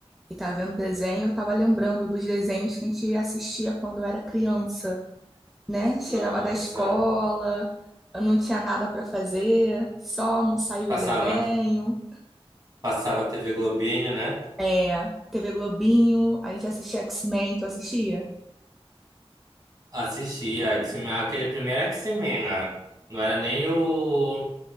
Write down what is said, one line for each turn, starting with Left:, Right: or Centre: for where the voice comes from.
Centre: E tá vendo desenho, eu tava lembrando dos desenhos que a gente assistia quando eu era criança, né? Chegava
Right: Nossa,
Centre: da escola, eu não tinha nada pra fazer, só almoçar e ver
Right: passava,
Centre: desenho.
Right: passava TV Globinho, né?
Centre: É, TV Globinho, a gente assistia X-Men, tu assistia?
Right: Assistia X-Men, aquele primeiro X-Men, né? Não era nem o...